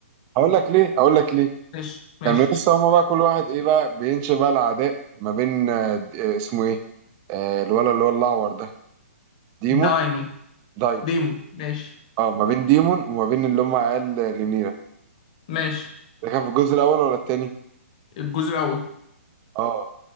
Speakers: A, on the right; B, on the left.
A: هقول لك ليه؟ هقول لك ليه؟
B: ماشي ماشي
A: كانوا لسه هما بقى كل واحد ايه بقى بينشئ بقى العداء ما بين آه، د- آه، اسمه ايه آه، الولد اللي هو الاعور ده ديمون
B: دايمون
A: دايمون
B: ديمون ماشي
A: اه ما بين ديمون وما بين اللي هم عيال رينيرا
B: ماشي
A: ده كان في الجزء الاول ولا التاني
B: الجزء الاول
A: اه